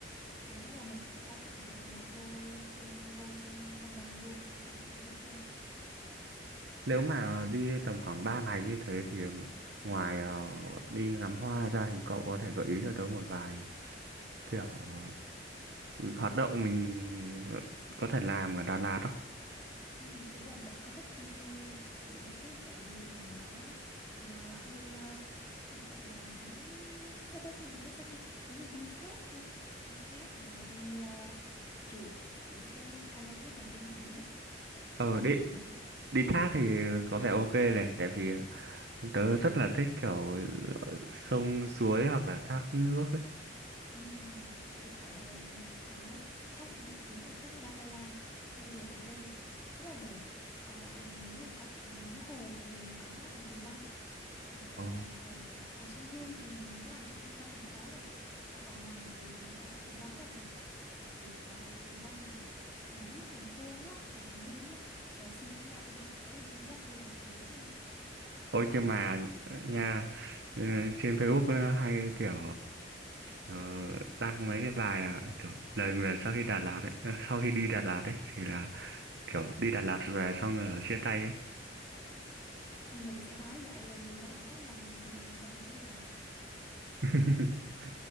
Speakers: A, on the left (about 15°); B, on the right (about 65°).
A: đó nên là mình có thể bay thẳng từ Hà Nội vô đen vô trong Lâm Đồng luôn mà không cần phải đi Nha Trang
B: Nếu mà đi tầm khoảng 3 ngày như thế thì ngoài ờ, đi ngắm hoa ra thì cậu có thể gợi ý cho tớ một vài kiểu ờ, hoạt động mình ờ, có thể làm ở Đà Lạt không?
A: Ừ, ý là bạn có thích đi ờ, thử những cái trải nghiệm nó ờ, hơi ờ, gọi là nó sao ta thì mình nói sao ta giống như đi thác không đi thác hoặc là đi ờ, trượt những cái tham gia những cái trò chơi mạo hiểm ấy
B: Ờ
A: cũng không
B: đi
A: mạo hiểm lắm
B: đi thác thì có vẻ ok này tại vì ờ, tớ rất là thích kiểu ờ, sông suối hoặc là thác nước
A: Ừm, vậy thì ở Đà Lạt nó sẽ có cái thác nổi tiếng là thác Datanla ngay đèo Ren rất là đẹp còn lại là nếu mà có thể ngắm hồ thì mình có hồ Tuyền Lâm hoặc là
B: ấy.
A: hồ hồ Xuân Hương thì nó nằm trong trung tâm thành phố rồi còn ở ngoài rìa thì nó có hồ Tuyền Lâm rất là đẹp đặc biệt là hồ Tuyền Lâm mà ngắm hoàng hôn á hoặc là bình minh á trời ơi, siêu lãng mạn luôn có người yêu dắt đi là hợp lý nha
B: Ôi nhưng mà nha ừ, trên Facebook nó hay kiểu ờ, đăng mấy cái bài là kiểu lời nguyền sau khi Đà Lạt ấy, ờ, sau khi đi Đà Lạt ấy thì là kiểu đi Đà Lạt về xong rồi chia tay ấy.
A: mình sẽ hóa giải lời nguyền đó bằng cách là mình tìm một bạn người yêu ở Đà Lạt
B: <laughs>